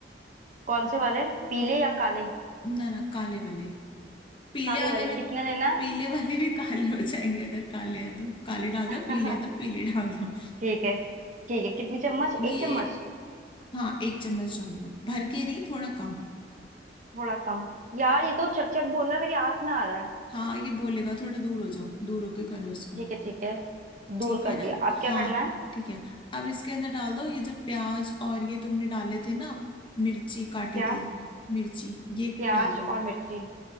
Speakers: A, on the right; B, on the left.
A: कौन से वाले पीले या काले
B: ना ना काले वाले पीले
A: काले
B: वाले
A: वाले
B: भी
A: कितने लेना
B: पीले वाले भी काले हो जाएंगे अगर काले है तो काले डाल दो
A: है
B: पीले है तो
A: <laughs>
B: पीले डाल दो
A: ठीक है ठीक है कितनी चम्मच
B: ये
A: एक चम्मच
B: हाँ एक चम्मच डाल दो भर के नहीं थोड़ा कम
A: थोड़ा कम यार ये तो चट चट बोल रहा है, मेरी आंख में आ रहा है
B: हाँ ये बोलेगा थोड़ा दूर हो जाओ दूर होके करो इसको
A: ठीक है ठीक है
B: ठीक
A: दूर कर
B: है ना
A: दिया अब
B: हाँ
A: क्या करना है
B: ठीक है अब इसके अंदर डाल दो ये जो प्याज और ये तुमने डाले थे ना मिर्ची काटी
A: क्या
B: थी मिर्ची ये
A: प्याज
B: डाल दो
A: और मिर्ची